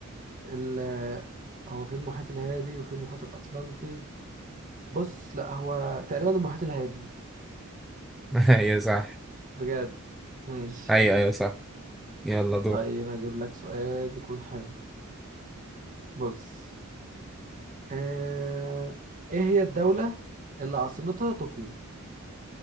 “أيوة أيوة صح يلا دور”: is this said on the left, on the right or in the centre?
Centre